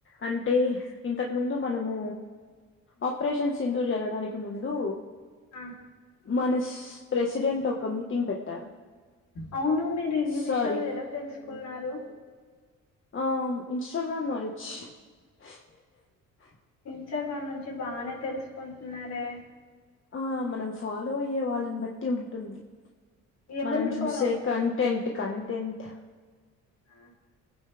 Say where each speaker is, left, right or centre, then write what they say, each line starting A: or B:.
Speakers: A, on the left; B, on the left.
A: అంటే, ఇంతకు ముందు మనము ఆపరేషన్ సింధుర్ జరగడానికి ముందు,
B: ఆ
A: మన ప్రెసిడెంట్ ఒక మీటింగ్ పెట్టారు.
B: అవును మీరు ఇన్ని
A: సారీ
B: విషయాలు ఎలా తెలుసుకున్నారు?
A: ఆ ఇంస్టాగ్రామ్ నాలెడ్జ్. <unintelligible>
B: చ్చ మ నుంచి బానే తెలుసుకు న్నరే
A: ఆ మనం ఫాలో అయ్యే వాళ్ళని బట్టి ఉంటుంది
B: ఎవరిని
A: మనం చూసే
B: ఫాలో అవుతున్నారు
A: కంటెంట్
B: బ్రో
A: కంటెంట్ అట్
B: ఆ